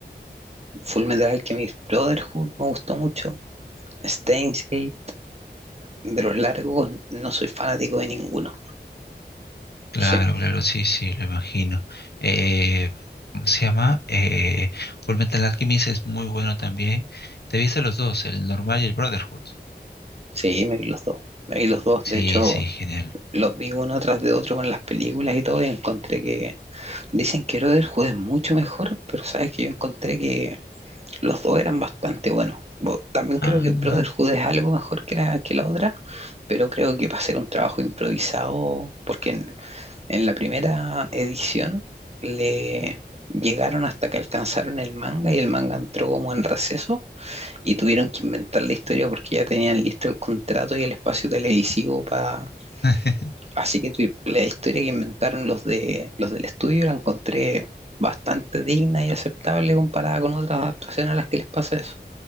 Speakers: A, on the right (about 35°); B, on the left (about 65°).
A: Full Fullmetal Alchemist Brotherhood me gustó mucho. Steins Gate, de los largos, no soy fanático de ninguno.
B: Claro,
A: Sí,
B: claro, sí, sí, lo imagino. Eh, ¿cómo se llama? Eh, Fullmetal Alchemist es muy bueno también. Te viste los dos, el normal y el Brotherhood.
A: sí, me vi los dos. Me vi los dos,
B: Sí,
A: de hecho,
B: sí, genial.
A: los vi uno tras de otro con las películas y todo, y encontré que. Dicen que Brotherhood es mucho mejor, pero sabes que yo encontré que los dos eran bastante buenos. Bo- También creo
B: Ah,
A: que Brotherhood
B: no.
A: es algo mejor que la, que la otra, pero creo que para hacer un trabajo improvisado, porque En la primera edición le llegaron hasta que alcanzaron el manga y el manga entró como en receso y tuvieron que inventar la historia porque ya tenían listo el contrato y el espacio televisivo para...
B: <laughs>
A: Así que tu- la historia que inventaron los de los del estudio la encontré bastante digna y aceptable comparada con otras adaptaciones a las que les pasa eso.